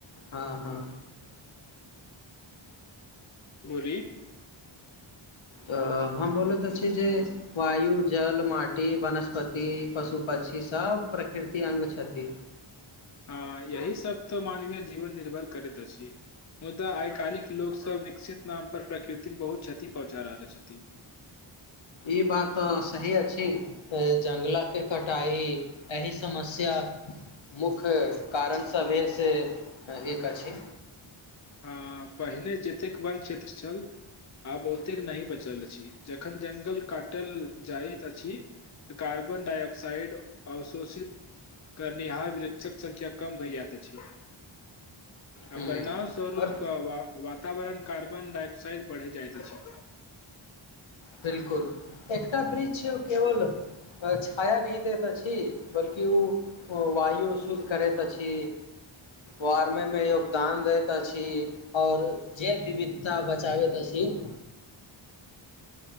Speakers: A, on the left; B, on the left.
A: हँ हँ
B: बोली
A: त हम बोलैत आछि जे वायु जल माटी वनस्पति पशु पक्षी सब प्रकृति अंग छथि
B: हँ यही सबब तऽ मानवीय जीवन निर्भर करैत छी मुदा आइ काल् लोकसभ विकसित नाम पर प्रकृतिक बहुत क्षति पहुँचा रहल छथि <inaudible>
A: ई बात त सही अछि जंगला के कटाई एहि समस्या मुख्य कारण सभहे से एक अछि
B: हँ पहिने जतेक वन क्षेत्र छल आब ओतेक नहि बचल अछि जखन जंगल काटल जाइत अछि तऽ कार्बन डाायऑक्सइड अवशोषित करनीहारार वृक्षक संख्य कम भइ जात अछि
A: हूँ
B: परिणाम स्वरूप
A: आओर
B: वातावरण कार्बन डायओक्साड बढ़े जाइत छै
A: बिलकुल एकटा वृक्ष केवल छाया न दैत अछि बल्कि ओ वायु शुद्ध करैत अछि वारमे मे योगदान दैत अछि आऔर जे विविधता बचाबैत अछि <unintelligible>
B: <inaudible>